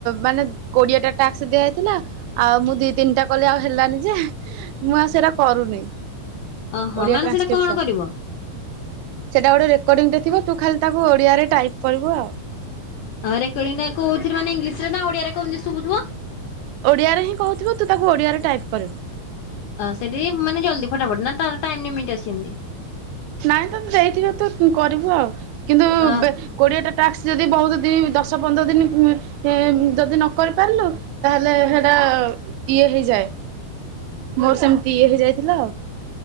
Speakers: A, on the right; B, on the left.
A: ମାନେ କୋଡ଼ିଏଟା ଟାକ୍ସ ଦିଆ ହେଇଥିଲା ଆଉ ମୁଁ ଦି ତିନିଟା କଲେ ଆଉ ହେଲାନି ଯେ ମୁଁ ଆଉ ସେଇଟା କରୁନି
B: ଓହୋ
A: ଓଡ଼ିଆ
B: ମାନେ
A: ଟ୍ରାନ୍ସକ୍ରିପସନ୍
B: ସେଇଟା କଣ କରିବ?
A: ସେଇଟା ଗୋଟେ ରେକର୍ଡିଙ୍ଗଟ ଥିବ ତୁଖାଲି ତାକୁ ଓଡିଆରେ ଟାଇପ୍ କରିବୁ ଆଉ।
B: ହ ରେକର୍ଡିା କଉଥିରେ ମାନ ଇଂଲିଶରେ ନା ଓଡିଆରେ କେମିତି ଶୁବୁଥିବ?
A: ଓଡ଼ିଆରେ ହିଁ କହୁଥିବ ତୁତାକୁ ଓଡ଼ିଆରେ ଟାଇପ୍ କରିବୁ।
B: ଅଁ ସେଠି ମାନେ ଜଲଦି ଫଟାଫଟ୍ ନା ତାର ଟାଇମମି ଆଛି ଏମିତି?
A: ନାଇଁ ତମେ ଦେଇଥିବ ତୁ କରିବୁ ଆଉ କିନ୍ତୁ
B: ଅ
A: ବେ କୋଡ଼ିଏଟା ଟାସ୍କ ଯଦି ବହୁତ୍ ଦିନ୍ ଦଶ ପନ୍ଦର ଦିନ ଉ ଯଦି ନକରିପାରିଲୁ ତାହେଲେ ହେଟା ଇଏ ହେଇଯାଏ ମୋର ସେମିତି ଇଏ ହେଇଯାଇଥିଲା